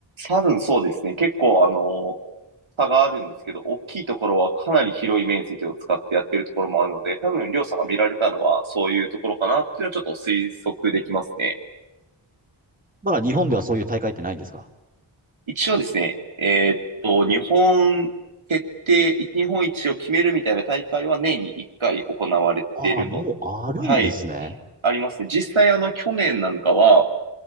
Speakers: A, on the right; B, on the right.
A: 多分そうですね。結構あの、差があるんですけど、大きいところはかなり広い面積を使ってやってるところもあるので、多分、りょうさんが見られたのはそういうところかなっていうのはちょっと推測できますね。
B: まだ日本ではそういう大会ってないんですか
A: 一応ですね、えーっと、日本決定、日本一を決めるみたいな大会は年に1回行われているの。
B: ああ、もうあるんですね。
A: はい、ありますね。実際あの、去年なんかは、